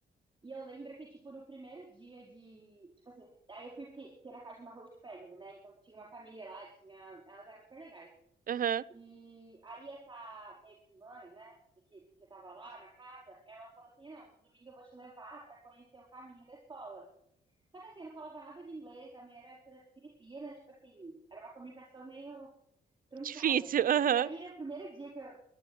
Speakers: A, on the right (about 25°); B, on the right (about 50°).
A: E eu lembro que, tipo, no primeiro dia de. Tipo assim, aí eu fui fiquei, fiquei na casa de uma host family, né? Então tinha uma família lá, tinha. Elas eram super legais.
B: Aham.
A: E aí essa meio que mãe, né, de que, que tava lá na casa, ela falou assim, não, no domingo eu vou te levar pra conhecer o caminho da escola. Só que assim, eu não falava nada de inglês, a mãe era fili- filipina, tipo assim, era uma comunicação meio truncada.
B: Difícil. <laughs> Aham.
A: E aí, no primeiro dia que eu,